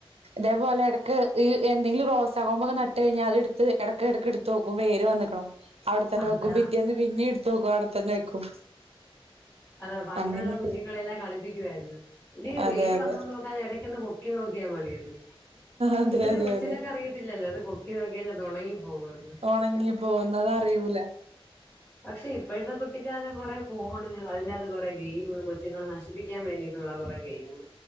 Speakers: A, on the right; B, on the left.
A: തേപോലെ എടക്ക് ഈ എന്തെങ്കിലും റോസാ കൊമ്പൊക്കെ നട്ട് കഴിഞ്ഞാ അത് ഇട്ത്ത് എടക്ക് എടക്ക് ഇട് തോക്കും വേര് വന്ന്ക്ക്ണോ അവടത്തന്നെ
B: അതാ
A: വെക്കും പിറ്റേന്ന് പിന്നി ഇട്ത്തോക്കും അവടത്തന്നെ വെക്കും
B: അതെ പണ്ടുള്ള
A: അങ്ങനെയൊക്കെ
B: കുഞ്ഞുങ്ങളെല്ലാം കളിപ്പിക്കുവായിരുന്നു ഇത്
A: അതെ
B: വേര്
A: അതെ
B: വന്നോന്നോ എടക്കൊന്ന് പൊക്കി നോക്കിയാ മതീന്ന്
A: അതെ
B: എന്തച്ചാ
A: അതെ
B: കൊച്ചുങ്ങൾക്ക്
A: അതെ
B: അറിയത്തില്ലല്ലോ ത്പോ ക്കി നോക്കികഴിഞ്ഞ ത് ഒണങ്ങി പോവൊന്ന്
A: ഒണങ്ങി പോവുന്നത് അറിയൂല
B: പക്ഷെ ഇപ്പഴത്തെ കുട്ടിക്കാലം കൊറെ ഫോണ് അഴിന്റകത്ത് കുറെ ഗെയിമ് കൊച്ചുങ്ങളെ നശിപ്പിക്കാൻ വേണ്ടീ ള്ള കൊറേ ഗെയിമ്